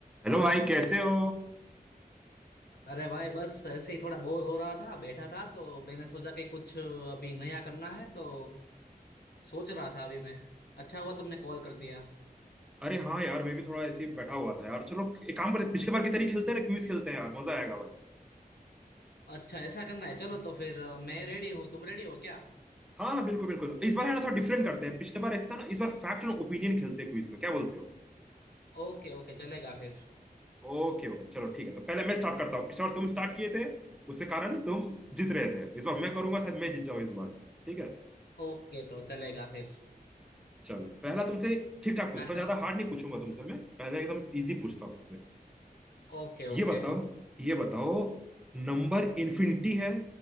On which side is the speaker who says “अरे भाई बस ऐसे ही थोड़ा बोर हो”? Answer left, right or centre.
Left